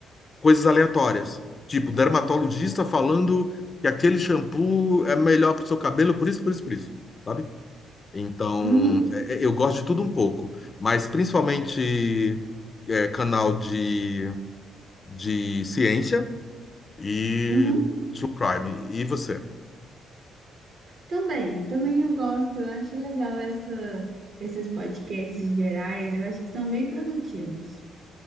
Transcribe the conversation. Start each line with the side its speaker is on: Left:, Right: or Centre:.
Left: coisas aleatórias. Tipo, dermatologista falando que aquele shampoo é melhor para o seu cabelo, por isso, por isso, por isso. Sabe? Então,
Right: Uhum,
Left: é- é- eu gosto de tudo um pouco, mas principalmente é, canal de, de ciência e
Right: uhum.
Left: true crime. E você?
Right: Também, também eu gosto, eu acho legal essa, esses podcasts gerais, eu acho que são bem produtivos,